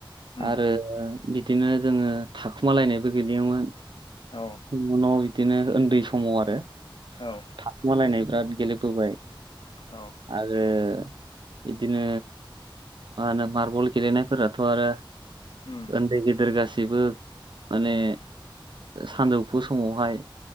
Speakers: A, on the left; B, on the right.
A: उम
B: आरो बिदिनो जोङो थाखुमालायनायबो गेलेयोमोन।
A: औ
B: <unintelligible> बिदिनो ओन्दै समाव आरो।
A: औ
B: थाखुमालायनाय बिराद गेलेबोबाय।
A: औ
B: आरो इदिनो मा होनो मार्बल गेलेनायफोराथ' आरो
A: उम
B: ओन्दै गेदेर गासैबो माने सानजौफु समावहाय